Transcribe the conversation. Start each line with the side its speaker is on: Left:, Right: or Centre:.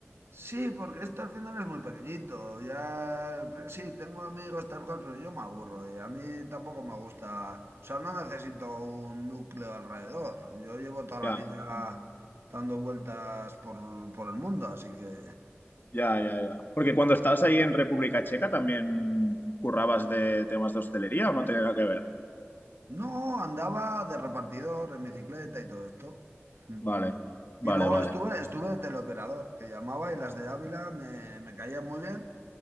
Right: Sí, porque esto al final es muy pequeñito. Ya, pero sí, tengo amigos tal cual, pero yo me aburro y a mí tampoco me gusta. O sea, no necesito un núcleo alrededor. Yo llevo toda la
Left: Ya.
Right: vida dando vueltas por, por el mundo, así que...
Left: Ya, ya, ya. Porque cuando estabas ahí en República Checa también currabas de temas de hostelería o no tenía nada que ver.
Right: No, andaba de repartidor en bicicleta y todo esto. Mm.
Left: Vale, vale,
Right: Y luego
Left: vale.
Right: estuve, estuve de teleoperador, que llamaba y las de Ávila me, me caían muy bien.